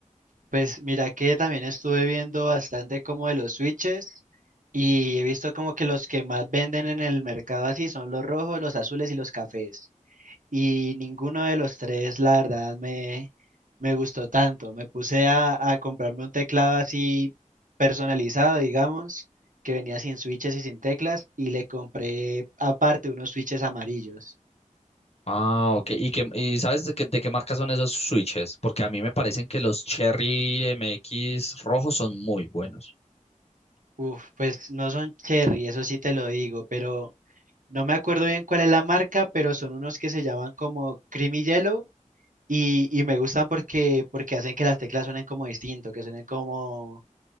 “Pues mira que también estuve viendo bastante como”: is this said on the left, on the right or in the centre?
Right